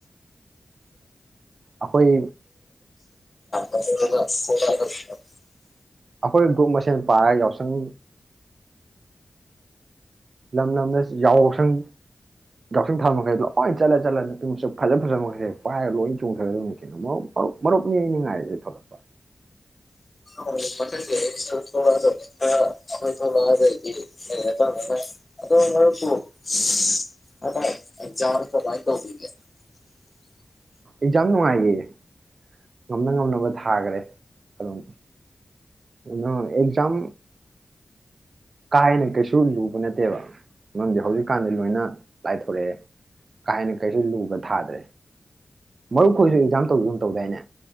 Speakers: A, on the right (about 60°); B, on the left (about 40°).
A: ꯑꯩꯈꯣꯏ
B: <inaudible>
A: ꯑꯩꯈꯣꯏ ꯒ꯭ꯔꯨꯞ ꯃꯁꯦꯟ ꯄꯥꯔꯒ ꯌꯥꯎꯁꯪ ꯂꯝ ꯂꯝꯗ ꯌꯥꯎꯁꯪ ꯌꯥꯎꯁꯪ ꯊꯥꯕ ꯃꯈꯩꯗꯣ ꯂꯣꯏ ꯆꯠꯂ ꯆꯠꯂ ꯅꯨꯄꯤꯃꯛꯁ ꯐꯖ ꯐꯖꯕ ꯃꯈꯩꯁꯦꯛ ꯄꯥꯏꯔꯒ ꯂꯣꯏ ꯆꯣꯡꯊꯒꯗꯧꯅꯤꯅꯣ ꯃꯔꯨꯞ ꯃꯔꯨꯞ ꯃꯔꯨꯞꯅꯤ ꯑꯩꯅ ꯉꯥꯏꯔꯤꯁꯦ ꯊꯣꯛꯂꯛꯄ
B: ꯑꯩꯈꯣꯏ ꯑꯣ ꯄ ꯑꯗꯖ ꯀꯃꯥꯏ ꯇꯧꯦ
A: ꯑꯦꯛꯖꯥꯝ ꯅꯨꯡꯉꯥꯏꯈꯤꯌꯦ ꯉꯝꯅ ꯉꯝꯅꯕ ꯊꯥꯈꯔꯦ ꯑꯗꯨꯝ ꯉ ꯉ ꯑꯦꯛꯖꯥꯝ ꯀꯥ ꯍꯦꯟꯅ ꯀꯩꯁꯨ ꯂꯨꯕ ꯅꯠꯇꯦꯕ ꯃꯔꯝꯗꯤ ꯍꯧꯖꯤꯛꯀꯥꯟꯗꯤ ꯂꯣꯏꯅ ꯂꯥꯏꯊꯣꯔꯛꯑꯦ ꯀꯥ ꯍꯦꯟꯅ ꯀꯩꯁꯨ ꯂꯨꯕ ꯊꯥꯗ꯭ꯔꯦ ꯃꯔꯨꯞ ꯈꯣꯏꯁꯨ ꯑꯦꯛꯖꯥꯝ ꯇꯧꯨꯝ ꯇꯧꯗꯥꯏꯅꯦ